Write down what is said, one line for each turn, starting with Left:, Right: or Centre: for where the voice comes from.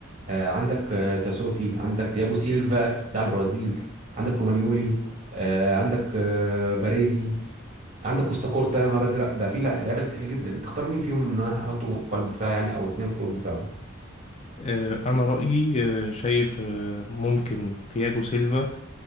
Right: آه، عندك آه، تاسوتي عندك تياجو سيلفا بتاع البرازيل عندك رومانيولي آه، عندك آه، باريزي عندك كوستا كورتا يا نهار ازرق ده في لع- لعيبه كتير جدا تختار مين فيهم ان انا هحطه قلب دفاع يعني او اتنين قلوب دفاع
Left: آه، أنا رأيي آه، شايف آه، ممكن تياجو سيلفا